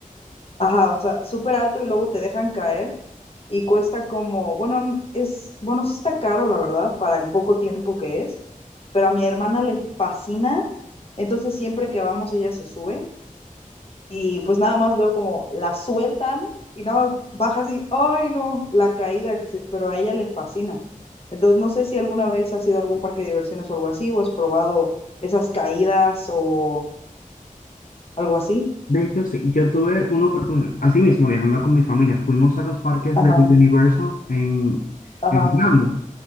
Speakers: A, on the left (about 45°); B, on the left (about 75°).
A: Ajá, o sea, súper alto y luego te dejan caer y cuesta como, bueno, n- es, bueno, sí está caro, la verdad, para el poco tiempo que es, pero a mi hermana le fascina, entonces siempre que vamos ella se sube y pues nada más veo como la sueltan y nada más baja así, ay no, la caída que se, pero a ella le fascina. Entonces no sé si alguna vez has ido a algún parque de diversiones o algo así, o has probado esas caídas o algo así.
B: De hecho, sí, yo tuve una oportunidad. Así mismo, viajando con mi familia, fuimos a los parques
A: Ajá,
B: de Universal en,
A: ajá,
B: en Orlando.